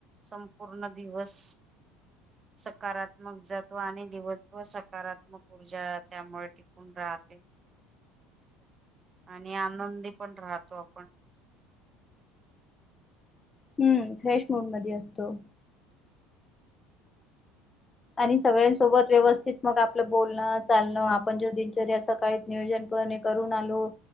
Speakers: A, on the right (about 30°); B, on the left (about 20°).
A: संपूर्ण दिवस सकारात्मक जातो आणि दिवसभर सकारात्मक ऊर्जा त्यामुळे पण राहते आणि आनंदी पण राहतो आपण
B: हम्म फ्रेश मूड मध्ये असतो आणि सगळ्यांसोबत व्यवस्थित मग आपलं बोलणं चालणं आपण जर दिनचर्या सकाळी नियोजनपणे करून आलो